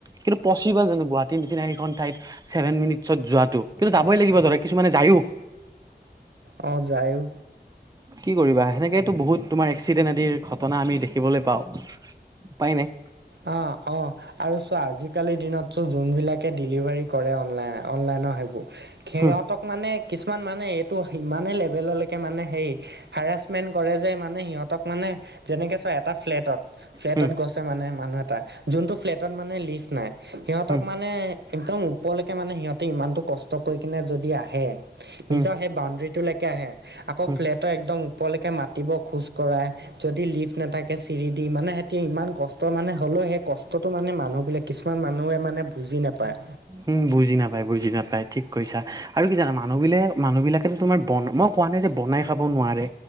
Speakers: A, on the right; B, on the right.
A: কিন্তু, পচিবল জানোঁ গুৱাহাটীৰ নিচিনা সেইখন ঠাইত। ছেভেন মিনিটছত যোৱাটো কিন্তু যাবই লাগিব ধৰা কিছুমানে যায়ও।
B: অ', যায়ও।
A: কি কৰিবা সেনেকেটো বহুত তোমাৰ এক্সিডেণ্ট আদিৰ ঘটনা আমি দেখিবলৈ পাওঁ উপায় নাই।
B: অ', অ, আৰু চোৱা আজিকালিৰ দিনত চব যোনবিলাকে ডেলিভাৰী কৰে। অনলাইন অনলাইনৰ সেইবোৰ সিহঁতক
A: হুম
B: মানে কিছুমান মানে এইটো ইমানেই লেভেললৈকে মানে সেই হাৰাছমেণ্ট কৰে। যে মানে সিহঁতক মানে যেনেকৈ চব এটা ফ্লেটত ফ্লেটত
A: হুম
B: গৈছে মানে মানুহ এটা যোনটো ফ্লেটত মানে লিফ্ট নাই। সিহঁতক
A: হুম
B: মানে একদম ওপৰলৈকে মানে সিহঁত ইমানতটো কষ্ট কৰি কেনে যদি আহে
A: হুম
B: নিজৰ সেই বাউণ্ডাৰীটোলৈকে আহে আকৌ
A: হুম
B: ফ্লেটৰ একদম ওপৰলৈকে মাত দিব খোজ কঢ়া যদি লিফ্ট নাথাকে। চিৰিদি মানে সিহতি ইমান কষ্ট টো মানে হ'লেও সেই কষ্টটো মানে মানুহবিলাক কিছুমান মানুহে মানে বুজি নাপায়।
A: উম', বুজি নাপায়। বুজি নাপায়। ঠিক কৈছা। আৰু কি জানা মানুহ গিলায় মানুহ বিলাকেটো তোমাৰ বনব কোৱা নাই যে বনাই খাব নোৱাৰে।